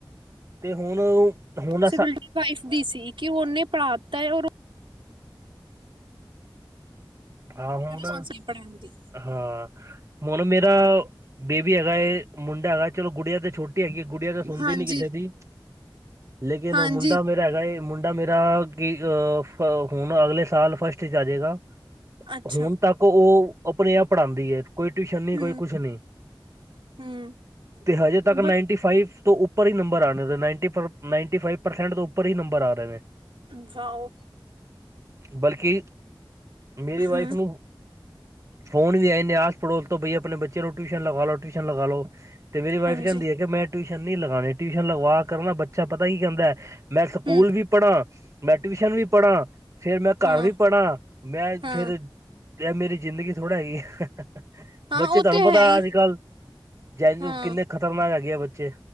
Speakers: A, on the right; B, on the right.
A: ਤੇ ਹੁਣ ਹੁਣ
B: ਰਿਸਪੋਂਸਬਿਲਿਟੀ
A: ਅਸਾਂ
B: ਵਾਈਫ ਦੀ ਸੀ ਕਿ ਉਹਨੇ ਪੜਾ ਦਿੱਤਾ ਹੈ ਔਰ
A: ਆਹ ਹੁਣ
B: ਰਿਸਪੋਂਸ ਪੜ੍ਹਾਉਣ ਦੀ
A: ਹਾਂ, ਹੂਣ ਮੇਰਾ ਬੇਬੀ ਹੈਗਾ ਮੁੰਡਾ ਹੈਗਾ ਚਲੋ ਗੁੜੀਆਂ ਤੇ ਛੋਟੀੇ ਹੈਗੀ ਗੁੜੀਆਂ ਤਾਂ ਸੁਣਦੀ
B: ਹਾਂਜੀ
A: ਨੀ ਕਿਸੇ ਦੀ ਲੇਕਿਨ
B: ਹਾਂਜੀ
A: ਮੁੰਡਾ ਮੇਰਾ ਹੈਗਾ ਏ ਮੁੰਡਾ ਮੇਰਾ ਕੀ ਅ ਹੁਣ ਅਗਲੇ ਸਾਲ ਫਸਟ ਚ ਆ ਜੇਗਾ।
B: ਅੱਛਾ
A: ਹੁਣ ਤੱਕ ਉਹ ਆਪਣੇ-ਆਪ ਪੜ੍ਹਾਉਂਦੀ ਹੈ। ਕੋਈ ਟਿਊਸ਼ਨ ਨਹੀਂ
B: ਹਮ
A: ਕੋਈ ਕੁਛ ਨਹੀਂ
B: ਹਮ।
A: ਤੇ ਹਜੇ ਤੱਕ
B: ਬ
A: ਨਾਈਨਟੀ ਫਾਈਵ ਉੱਪਰ ਹੀ ਨੰਬਰ ਆ ਰਹੇ ਨਾਇਨਟੀ ਫਾਇਫ ਤੋਂ ਉੱਪਰ ਹੀ ਨੰਬਰ ਆ ਰਹੇ ਨੇ।
B: ਅੱਛਾ ਔ
A: ਬਲਕਿ ਮੇਰੀ ਵਾਈਫ
B: ਹੂੰ
A: ਨੂੰ ਫੋਨ ਵੀ ਆਏ ਨੇ ਆਸ-ਪੜੋਸ ਤੋਂ ਬਈ ਆਪਣੇ ਬੱਚਿਆਂ ਨੂੰ ਟਿਊਸ਼ਨ ਲਗਾ ਲੋ, ਟਿਊਸ਼ਨ ਲਗਾ ਲੋ। ਤੇ ਮੇਰੀ ਵਾਈਫ
B: ਹਾਂਜੀ
A: ਕਹਿੰਦੀ ਹੈ ਕਿ ਮੈਂ ਟਿਊਸ਼ਨ ਨਹੀਂ ਲਗਾਉਣੀ, ਟਿਊਸ਼ਨ ਲਗਵਾ ਕਰ ਨਾ ਬੱਚਾ ਪਤਾ ਹੀ ਕਹਿੰਦਾ ਹੈ? ਮੈਂ ਸਕੂਲ
B: ਹੂੰ
A: ਵੀ ਪੜਾ ਮੈਂ ਟਿਊਸ਼ਨ ਵੀ ਪੜਾ ਫੇਰ ਮੈਂ ਘਰ
B: ਹਾਂ
A: ਵੀ ਪੜਾ ਮੈਂ।
B: ਹਾਂ
A: ਫੇਰ ਮੇਰੀ ਜ਼ਿੰਦਗੀ ਥੋੜਾ ਹੈਗੀ ਆ।
B: ਹਾਂ
A: ਬੱਚੇ
B: ਉਹ
A: ਤੁਹਾਨੂੰ
B: ਤੇ
A: ਪਤਾ
B: ਹੈ ਹੀ
A: ਅੱਜ ਕੱਲ ਜੈ
B: ਹਾਂ
A: ਕਿੰਨੇ ਖ਼ਤਰਨਾਕ ਹੈਗੇ ਆ ਬੱਚੇ।